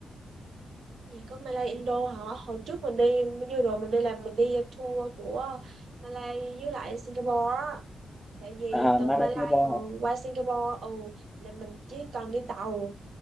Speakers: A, on the right; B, in the centre.
A: Gì có Malay Indo hả? Hồi trước mình đi, vừa rồi mình đi làm mình đi tour của Malay với lại Singapore á. Tại vì
B: À,
A: từ
B: Malay
A: Malay
B: Singapore
A: mà
B: hả?
A: qua Singapore, ừ, là mình chỉ cần đi tàu